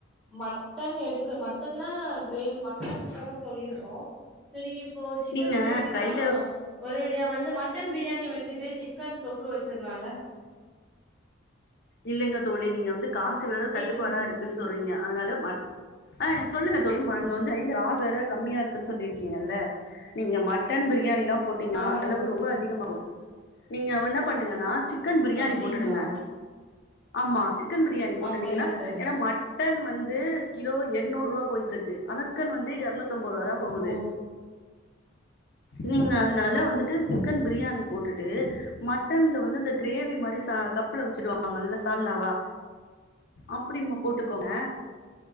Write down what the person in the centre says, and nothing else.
மட்டன் எடுக்க மட்டன்னா கிரேவி மட்டன் சுக்காதா சொல்லிருந்தோ சரி இப்போ சிக்கன்
பிரியாணினா
ஒரேடியா வந்து மட்டன் பிரியாணி வச்சுட்டு சிக்கன் தொக்கு வெச்சிருலால
கேக்குதுங்களா
ஆமா
தோழி
அப்டிங்களா
ஆ சரிங்க தோழி
ஓ